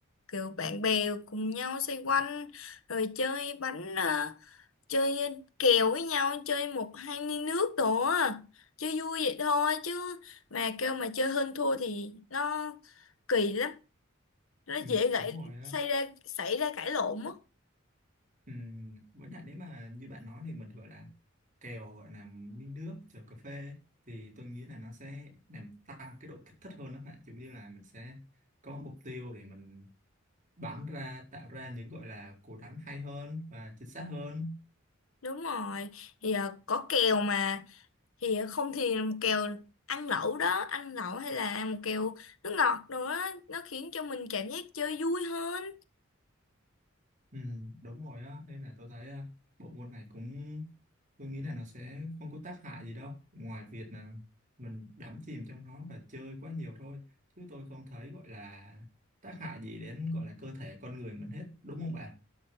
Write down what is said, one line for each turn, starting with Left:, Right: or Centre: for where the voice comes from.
Left: kiểu bạn bè cùng nhau xoay quanh rồi chơi bánh ờ, chơi kèo với nhau chơi một hai ly nước đồ á chơi vui vậy thôi chứ mà kêu mà chơi hơn thua thì nó kỳ lắm nó
Right: ừ,
Left: dễ gãy
Right: đúng rồi á
Left: xảy ra xảy ra cãi lộn á
Right: Ừm, với lại nếu mà như bạn nói thì mình gọi là kèo gọi là ly nước kèo cà phê thì tôi nghĩ là nó sẽ làm tăng cái độ kích thích hơn đó bạn giống như là mình sẽ có mục tiêu để mình bắn ra tạo ra những gọi là cú đánh hay hơn và chính xác hơn
Left: đúng rồi thì ờ, có kèo mà thì không thì một kèo ăn lẩu đó ăn lẩu hay là một kèo nước ngọt đồ đó nó khiến cho mình cảm giác chơi vui hơn
Right: Ừ, đúng rồi á nên là tôi thấy à, bộ môn này cũng tôi nghĩ là nó sẽ không có tác hại gì đâu ngoài việc là mình đắm chìm trong nó và chơi quá nhiều thôi chứ tôi không thấy gọi là tác hại gì đến gọi là cơ thể con người mình hết đúng không bạn?